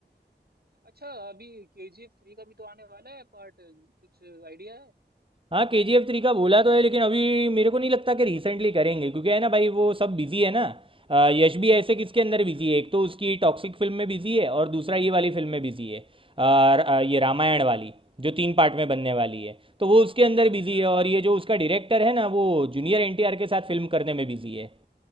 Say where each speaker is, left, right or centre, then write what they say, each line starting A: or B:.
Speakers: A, on the right (about 60°); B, on the right (about 30°).
A: अच्छा अभी केजीएफ थ्री का भी तो आने वाला है पार्ट कुछ आइडिया है
B: हाँ के जी एफ थ्री का बोला तो है लेकिन अभी मेरे को नहीं लगता कि रिसेंटली करेंगे क्योंकि है ना भाई वो सब बिजी है ना अ, यश भी ऐसे किसके अंदर बिजी है एक तो उसकी टॉक्सिक फिल्म में बिजी है और दूसरा ये वाली फिल्म में बिजी है अ, अ, ये रामायण वाली जो तीन पार्ट में बनने
A: अच्छा
B: वाली है तो वो उसके अंदर
A: अच्छा
B: बिजी है और ये जो उसका डायरेक्टर है ना वो जूनियर एनटीआर के साथ फिल्म करने में बिजी है